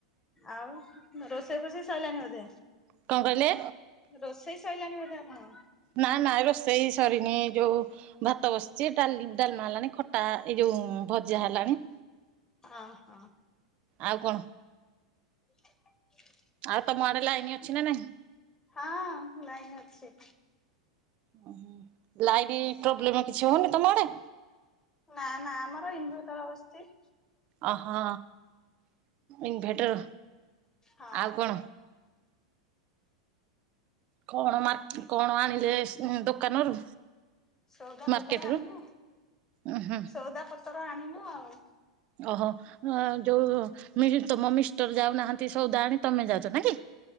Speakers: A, on the left; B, on the right.
A: ଆଉ ରୋଷେଇ ଫୋଷେଇ ସରିଲାଣି ବୋଧେ?
B: କଣ କହିଲେ
A: ରୋଷେଇ ସରଲାଣି ବୋଧେ ଆପଣଙ୍କର?
B: ନାଇଁ ନାଇଁ ରୋଷେଇ ସରିନି ଯୋଉ ଭାତ ବସିଛି ଡାଲି ଡାଲମା ହେଲାଣି ଖଟା ଏଇ ଯୋଉ ତୁ ଭଜା ହେଲାଣି।
A: ଓ ହଁ।
B: ଆଉ କଣ?
A: <inaudible>
B: ଆଉ ତମ ଆଡେ ଲାଇନ ଅଛି ନା ନାଇଁ?
A: ହଁ ଲାଇନ୍ ଅଛି।
B: ଓ ଲାଇଟ୍ ପ୍ରୋବ୍ଲେମ କିଛି ହଉନି ତମ ଆଡେ?
A: ନା ନା ଆମର ଇନଭେଟର୍ ବସିଛି।
B: ଅ ହୋ ଇନଭେଟର।
A: ହଁ।
B: ଆଉ କଣ? କଣ ମ କଣ ଆଣିଲେ ଦୋକାନରୁ?
A: ସଉଦା
B: ମାର୍କେଟ
A: ପତ୍ର ଆଣିଲୁ
B: ରୁ? ଉଁ ହୁଁ
A: ସଉଦା ପତ୍ର ଆଣିଲୁ ଆଉ।
B: ଓହୋ। ହଁ ଯୋଉ ତମ ମିଷ୍ଟର ଯାଉନାହାନ୍ତି ସବୁ ଜାଣି ତମେ ଯାଉଛ ନା କି?